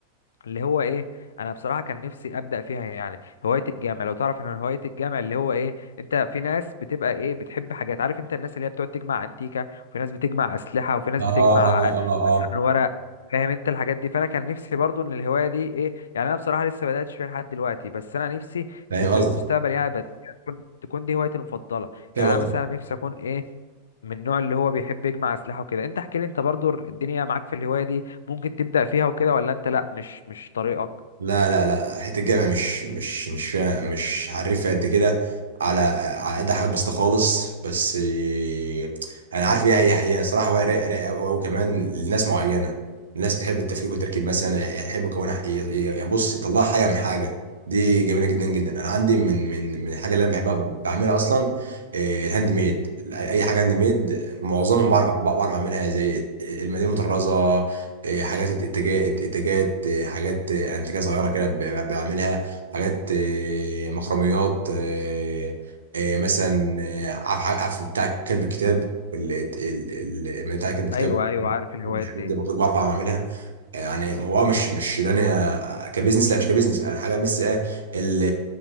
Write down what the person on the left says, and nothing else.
اللي هو ايه انا بصراحه كان نفسي ابدا فيها يعني هوايه الجامع لو تعرف ان هوايه الجامع اللي هو ايه انت في ناس بتبقى ايه بتحب حاجات عارف انت الناس اللي هي بتقعد تجمع انتيكه وفي ناس بتجمع اسلحه وفي ناس
بتجمع
آه،
مثلا
ورق فاهم انت الحاجات دي فانا كان نفسي برضو ان الهوايه دي ايه يعني انا بصراحه لسه ما بداتش فيها لحد دلوقتي بس انا نفسي
ان في
المستقبل يعني بت- تكون تكون دي هوايتي المفضله
يعني انا
مثلا نفسي اكون ايه من النوع اللي هو بيحب يجمع اسلحه وكده انت احكي لي انت برضو الدنيا معاك في الهوايه دي ممكن تبدأ فيها وكده ولا انت لا مش مش طريقك
ايوه ايوه عارف الهوايات
دي